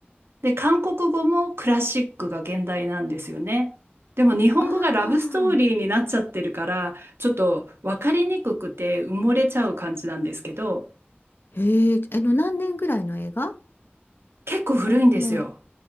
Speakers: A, on the right (about 75°); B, on the left (about 60°).
A: で、韓国語もクラシックが現代なんですよね。でも日本語がラブストーリーになっちゃってるから、
B: ああ、
A: ちょっと分かりにくくて埋もれちゃう感じなんですけど、
B: へえ、あの、何年ぐらいの映画
A: 結構古いんですよ。
B: 何年、